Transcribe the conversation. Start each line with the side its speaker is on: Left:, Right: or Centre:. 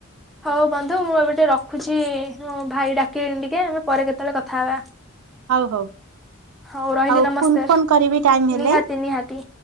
Centre: ହଉ ବନ୍ଧୁ ମୁଁ ଏବେ ଟିକେ ରଖୁଛିଁ ମୋ ଭାଇ ଡାକିଲେଣି ଟିକେ ଆମେ ପରେ କେତେବେଳେ କଥା ହେବା।
Right: ହଉ ହଉ
Centre: ହଉ ରହିଲି
Right: ଆଉ
Centre: ନମସ୍କାର
Right: ଫୁନ୍ ଫୋନ କରିବି ଟାଇମ ହେଲେ।
Centre: ନିହାତି ନିହାତି